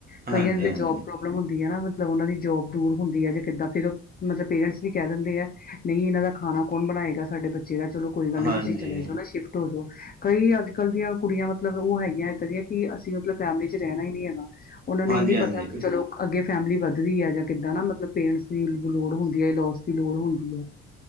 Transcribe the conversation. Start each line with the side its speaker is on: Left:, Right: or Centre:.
Left: ਕਈਆਂ
Right: ਹਾਂਜੀ ਹਾਂਜੀ
Left: ਜੋਬ ਪ੍ਰੋਬਲਮ ਹੁੰਦੀ ਹੈ ਨਾ ਮਤਲਬ ਉਹਨਾਂ ਦੀ ਜੋਬ ਦੂਰ ਹੁੰਦੀ ਹੈ ਜੇ ਕਿੱਦਾਂ ਫਿਰ ਮਤਲਬ ਪੇਰੈਂਟਸ ਵੀ ਕਹਿ ਦਿੰਦੇ ਆ ਨਹੀਂ ਇਹਨਾਂ ਦਾ ਖਾਣਾ ਕੌਣ ਬਣਾਏਗਾ। ਸਾਡੇ ਬੱਚੇ ਦਾ ਚਲੋ ਕੋਈ ਗੱਲ ਨਹੀਂ
Right: ਹਾਂਜੀ
Left: ਤੁਸੀਂ ਚਲੇ ਜਾਓ ਨਾ ਸ਼ਿਫਟ ਹੋ ਜਾਓ। ਕਈ ਅੱਜ ਕੱਲ੍ਹ ਦੀਆਂ ਕੁੜੀਆਂ ਮਤਲਬ ਉਹ ਹੈਗੀਆਂ ਇੱਦਾਂ ਦੀਆਂ ਕਿ ਅਸੀਂ ਮਤਲਬ ਫੈਮਲੀ ਚ ਰਹਿਣਾ ਹੀ ਨਹੀਂ ਹੈਗਾ। ਉਹਨਾ ਨੂੰ
Right: ਹਾਂਜੀ
Left: ਇਹ ਨਹੀਂ
Right: ਹਾਂਜੀ
Left: ਪਤਾ।
Right: ਬਿਲਕੁਲ
Left: ਚਲੋ ਅੱਗੇ ਫੈਮਿਲੀ ਵੱਧਦੀ ਹੈ ਜਾਂ ਕਿੱਦਾਂ ਨਾ ਮਤਲਬ ਪੇਰੈਂਟਸ ਦੀ ਲੋੜ ਹੁੰਦੀ ਹੈ ਇਨਲੋਸ ਦੀ ਲੋੜ ਹੁੰਦੀ ਹੈ।